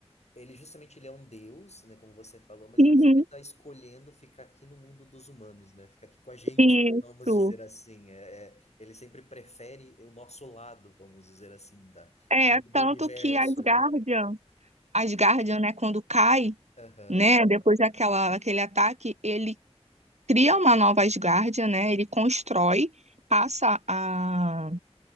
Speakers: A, on the left (about 75°); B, on the right (about 85°).
A: Ele justamente ele é um deus, né, como você falou, mas
B: Uhum.
A: ele sempre está escolhendo ficar aqui no mundo dos humanos, né? Ficar aqui com a gente,
B: Isso.
A: vamos dizer assim. É, é, ele sempre prefere o nosso lado, vamos dizer assim, da,
B: É,
A: do
B: tanto
A: universo
B: que as Guardian,
A: ali.
B: as Guardian, né, quando cai
A: Aham.
B: né? Depois daquela, daquele ataque, ele cria uma nova Asgardia, né? Ele constrói, passa a,